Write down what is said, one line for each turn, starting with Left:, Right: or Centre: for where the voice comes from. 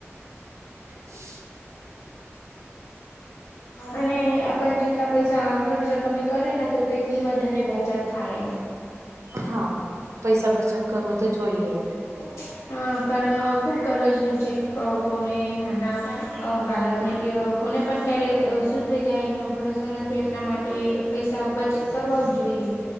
Right: <inaudible>
Left: અને આપ જેટલા પૈસા ખર્ચ કમી કરે ને તો તેટલી વધારે બચત થાય એમ.
Right: હા પૈસા બચત કરવો તો જોઈએ.
Left: ઓમાડી. <unintelligible> હ કારણ ખુબ ગરજનું છે કોને નાના બાળક અ કોને પણ ક્યારેય શું થઈ જાય એનો ભરોસો નથી એટલા માટે પૈસા બચત કરવા જોઈએ